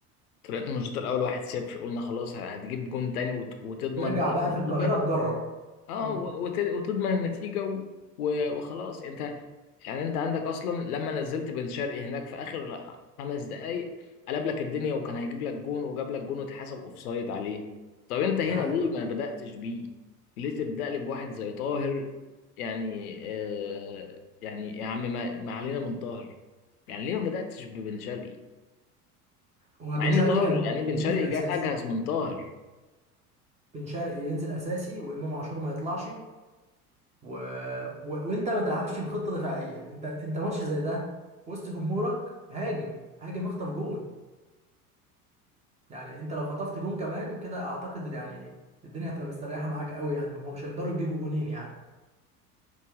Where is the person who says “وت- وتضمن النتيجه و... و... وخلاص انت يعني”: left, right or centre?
Left